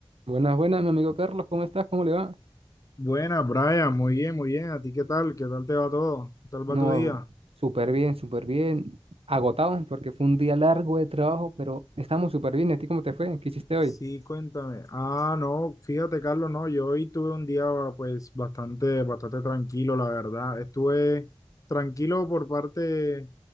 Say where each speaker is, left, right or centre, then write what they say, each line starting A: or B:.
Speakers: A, on the right (about 75°); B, on the left (about 35°).
A: Buenas, buenas, mi amigo Carlos, ¿cómo estás? ¿Cómo le va?
B: Buena, Brian, muy bien, muy bien. ¿A ti qué tal? ¿Qué tal te va todo? ¿Qué tal
A: No,
B: va tu día?
A: súper bien, súper bien. Agotado porque fue un día largo de trabajo, pero estamos súper bien. ¿Y a ti cómo te fue? ¿Qué hiciste hoy?
B: Sí, cuéntame. Ah, no, fíjate, Carlos, no, yo hoy tuve un día pues bastante, bastante tranquilo, la verdad. Estuve tranquilo por parte